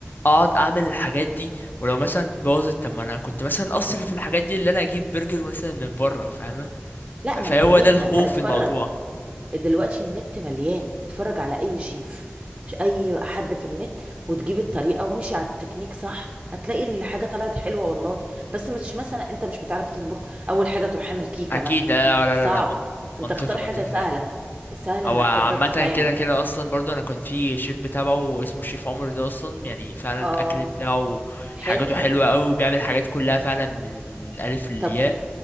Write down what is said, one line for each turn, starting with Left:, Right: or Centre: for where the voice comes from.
Left: اقعد اعمل الحاجات دي ولو مثلا باظت طب ما انا كنت مثلا اصرف في الحاجات دي اللي انا اجيب برجر مثلا من بره فاهمة
Right: لا
Left: ف- فهو
Right: ما انت ليه
Left: ده الخوف
Right: ما انت اتفرج
Left: في الموضوع
Right: دلوقتي النت مليان اتفرج على اي شيف اي حد في النت وتجيب الطريقه وامشي على التكنيك صح هتلاقي الحاجه طلعت حلوه والله بس مش مثلا انت مش بتعرف تطبخ اول حاجه تروح عامل كيكه
Left: اكيد
Right: مثلا
Left: آه، لا
Right: صعب
Left: لا لا من-
Right: انت
Left: منطقي
Right: اختار حاجه
Left: منطقي
Right: سهله
Left: فعلا
Right: سهله
Left: هو
Right: انك
Left: عامة
Right: تقدر تتعامل
Left: كده كده أصلا برضو أنا كنت في شيف بتابعه اسمه الشيف عمر ده أصلا يعني فعلا
Right: اه
Left: الأكل بتاعه
Right: حلو
Left: حاجاته حلوة أوي وبيعمل حاجات كلها فعلا من الألف للياء
Right: طب ف-